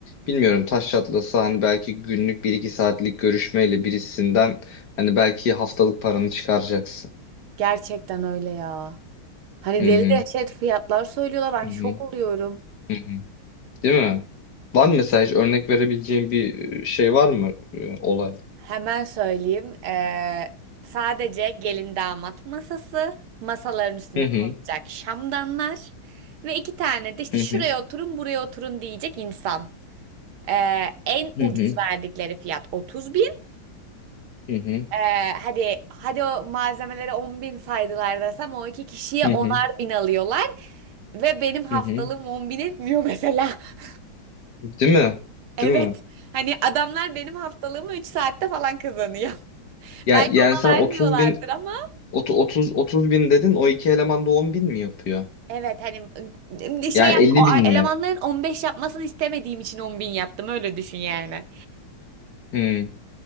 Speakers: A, on the left; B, on the right.
A: bilmiyorum taş çatlasa hani belki günlük bir iki saatlik görüşmeyle birisinden hani belki haftalık paranı çıkaracaksın.
B: Gerçekten öyle ya. Hani
A: Hı
B: deli
A: hı.
B: dehşet fiyatlar söylüyorlar. Ben
A: Hı
B: şok
A: hı.
B: oluyorum.
A: Hı hı. Değil mi? Var mı mesela hiç örnek verebileceğin bir şey var mı e, olay?
B: Hemen söyleyeyim. Ee, sadece gelin damat masası, masaların üstüne
A: Hı hı.
B: konulacak şamdanlar ve iki tane de işte
A: Hı
B: şuraya
A: hı.
B: oturun, buraya oturun diyecek insan. Ee, en
A: Hı
B: ucuz
A: hı.
B: verdikleri fiyat 30 bin.
A: Hı hı.
B: Ee, hadi hadi o malzemelere 10 bin saydılar desem o iki kişiye
A: Hı
B: onar
A: hı.
B: bin alıyorlar. Ve benim haftalığım
A: Hı hı.
B: 10 bin etmiyor mesela. <laughs>
A: Değil mi?
B: Evet.
A: Değil mi?
B: Hani adamlar benim haftalığımı 3 saatte falan kazanıyor. <laughs>
A: Ya,
B: Belki
A: yani
B: ona
A: sen 30
B: vermiyorlardır
A: bin
B: ama
A: 30 30 bin dedin o iki eleman da 10 bin mi yapıyor?
B: evet hani ım, şey
A: Yani
B: yap-
A: 50
B: o
A: bin
B: elemanların
A: mi?
B: 15 yapmasını istemediğim için 10 bin yaptım öyle düşün yani.
A: Hmm.